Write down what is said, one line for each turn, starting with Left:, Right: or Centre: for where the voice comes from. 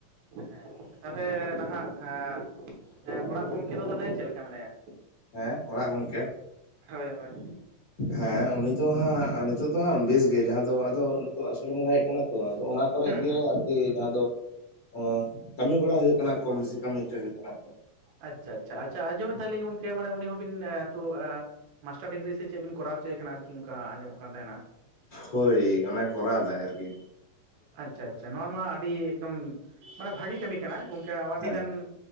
Right: ᱦᱮᱸ ᱜᱚᱝᱠᱮ, ᱛᱟᱞᱦᱮ ᱱᱟᱦᱟᱜ ᱮᱸ ᱚᱲᱟᱜ ᱜᱚᱝᱠᱮ ᱫᱚ ᱛᱟᱞᱦᱮ ᱪᱮᱫ ᱞᱮᱠᱟ ᱢᱮᱱᱟᱭᱟ?
Left: ᱦᱮᱸ ᱚᱲᱟᱜ ᱜᱚᱝᱠᱮ?
Right: ᱦᱳᱭ ᱦᱳᱭ
Left: ᱦᱮᱸ ᱩᱱᱤ ᱫᱚ ᱦᱟᱸᱜ ᱱᱤᱛᱚᱜ ᱫᱚ ᱦᱟᱸᱜ ᱵᱮᱥ ᱜᱮ ᱡᱟᱦᱟᱸ ᱫᱚ ᱟᱫᱚ ᱛᱚ ᱟᱥᱟᱲ ᱵᱚᱸᱜᱟ ᱦᱮᱡ ᱠᱟᱱᱟ ᱛᱚ ᱟᱫᱚ ᱚᱱᱟ ᱠᱚᱨᱮ
Right: ᱦᱩᱸ
Left: ᱜᱮ
Right: ᱦᱩᱸ
Left: ᱟᱨ ᱠᱤ ᱡᱟᱦᱟᱸ ᱫᱚ ᱚᱸ ᱠᱟᱹᱢᱤ ᱜᱚᱲᱟ ᱦᱩᱭᱩᱜ ᱠᱟᱱᱟ ᱠᱚᱢ ᱵᱤᱥᱤ ᱠᱟᱹᱢᱤ ᱦᱚᱪᱚᱭᱮ ᱦᱩᱭᱩᱜ ᱠᱟᱱᱟ᱾
Right: ᱟᱪᱪᱷᱟ ᱟᱪᱪᱷᱟ, ᱟᱪᱪᱷᱟ ᱟᱸᱡᱚᱢᱮᱫ ᱛᱟᱦᱮᱞᱤᱧ ᱜᱚᱝᱠᱮ ᱢᱟᱱᱮ ᱩᱱᱤ ᱦᱚᱸᱵᱤᱱ ᱮᱸ ᱛᱩ ᱮᱸ ᱢᱟᱥᱴᱟᱨ ᱰᱤᱜᱽᱨᱤ ᱥᱮ ᱪᱮᱫ ᱵᱤᱱ ᱠᱚᱨᱟᱣ ᱦᱚᱪᱚᱭᱮ ᱠᱟᱱᱟ ᱟᱨᱠᱤ ᱚᱱᱠᱟ ᱟᱸᱡᱚᱢᱚᱜ ᱠᱟᱱ ᱛᱟᱦᱮᱱᱟ᱾
Left: ᱦᱳᱭ ᱚᱱᱟ ᱠᱚᱨᱟᱣᱫᱟᱭ ᱟᱨᱠᱤ᱾
Right: ᱟᱪᱪᱷᱟ ᱟᱪᱪᱷᱟ, ᱱᱚᱣᱟ ᱢᱟ ᱟᱹᱰᱤ ᱮᱠᱫᱚᱢ ᱢᱟᱱᱮ ᱵᱷᱟᱹᱜᱮ ᱠᱟᱹᱢᱤ ᱠᱟᱱᱟ ᱜᱚᱝᱠᱮ ᱟᱹᱰᱤ
Left: ᱦᱮᱸ
Right: ᱜᱟᱱ